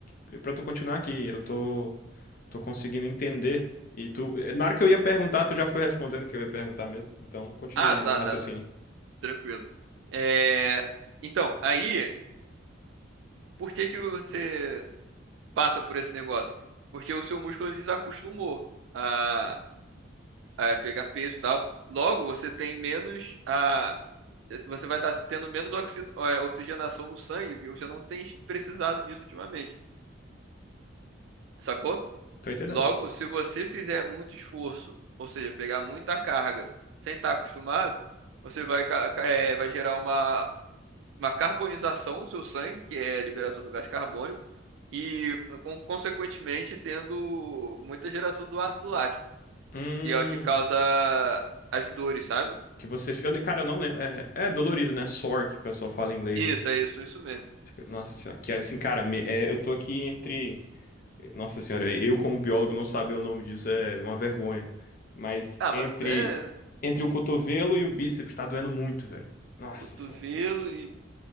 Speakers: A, on the left; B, on the right.
A: é, para tu continuar aqui, eu tô, tô conseguindo entender. E tu, eh, na hora que eu ia perguntar, tu já foi respondendo o que eu ia perguntar mesmo. Então, continua
B: Ah,
A: aí
B: tá,
A: no raciocínio.
B: tá. tranquilo. É, Então, aí, por que que você passa por esse negócio? Porque o seu músculo ele desacostumou a, a pegar peso e tal. Logo, você tem menos a, você vai estar tendo menos oxi- é, oxigenação no sangue, porque você não tem precisado disso ultimamente, sacou?
A: Tô entendendo.
B: Logo, se você fizer muito esforço, ou seja, pegar muita carga sem estar acostumado, você vai, ca- ca- é, vai gerar uma uma carbonização do seu sangue, que é a liberação do gás carbônico, e con- consequentemente tendo muita geração do ácido lático,
A: Hum,
B: que é o que causa as dores, sabe?
A: que você, eu, ne- cara, eu não lembro. É, é dolorido, né? Sore, que o pessoal fala em inglês,
B: Isso,
A: né?
B: é isso, isso mesmo.
A: Nossa senhora, que assim, cara, me- é, eu tô aqui entre Nossa senhora, eu como biólogo não saber o nome disso é uma vergonha. Mas
B: Ah,
A: entre
B: mas é
A: entre o cotovelo e o bíceps tá doendo muito, velho. Nossa
B: cotovelo
A: senhora.
B: e